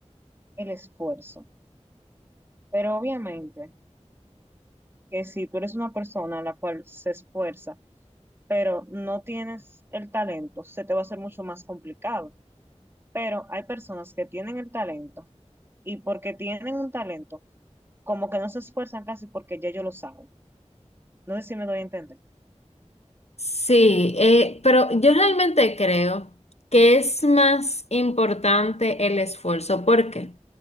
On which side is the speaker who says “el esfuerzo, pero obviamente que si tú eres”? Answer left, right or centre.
Right